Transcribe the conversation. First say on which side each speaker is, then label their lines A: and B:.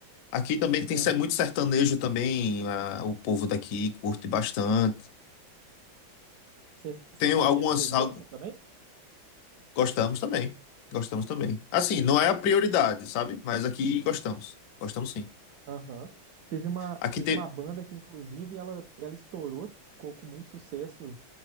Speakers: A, on the left (about 70°); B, on the right (about 70°).
A: Aqui também tem
B: Aham.
A: ser- muito sertanejo também, ah, o povo daqui curte bastante.
B: Ser- Sertanejo,
A: Tem algumas,
B: vocês
A: algu-
B: gostam também?
A: gostamos também, gostamos também. Assim, não é a prioridade, sabe? Mas aqui gostamos, gostamos sim.
B: Aham. Teve uma,
A: Aqui
B: teve
A: tem,
B: uma banda que, inclusive, ela, ela estourou, ficou com muito sucesso.